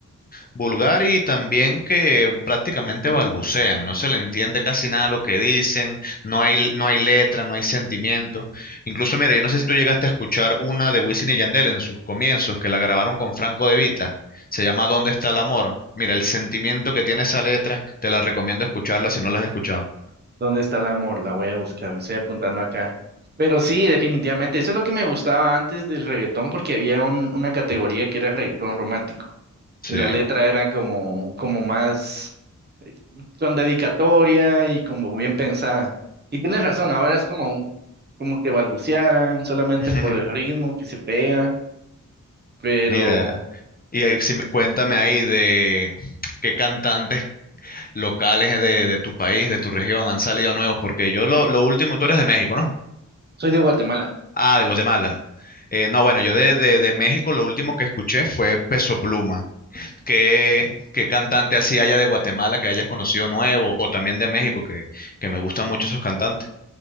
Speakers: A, on the left (about 30°); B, on the right (about 30°).
A: vulgar y también que prácticamente balbucean, no se le entiende casi nada lo que dicen, no hay, no hay letra, no hay sentimiento. Incluso, mira, yo no sé si tú llegaste a escuchar una de Wisin y Yandel en sus comienzos, que la grabaron con Franco De Vita, se llama ¿Dónde está el amor? Mira, el sentimiento que tiene esa letra, te la recomiendo escucharla si no la has escuchado.
B: ¿Dónde está el amor? La voy a buscar, estoy apuntando acá. Pero sí, definitivamente, eso es lo que me gustaba antes del reggaetón porque había un, una categoría que era reggaetón romántico
A: Sí.
B: y la letra era como, como más con dedicatoria y como bien pensada. Y tienes razón, ahora es como, un- como que balbucearan solamente
A: <laughs>
B: por el ritmo que se pega, pero
A: Mira, y ahí sí me- cuéntame ahí de qué cantantes locales de, de tu país, de tu región, han salido nuevos? Porque yo lo, lo último, tú eres de México, ¿no?
B: soy de Guatemala.
A: Ah, de Guatemala. Eh, no, bueno, yo de, de, de México lo último que escuché fue Peso Pluma. ¿Qué, qué cantante así haya de Guatemala que hayas conocido nuevo o también de México que, que me gustan mucho esos cantantes?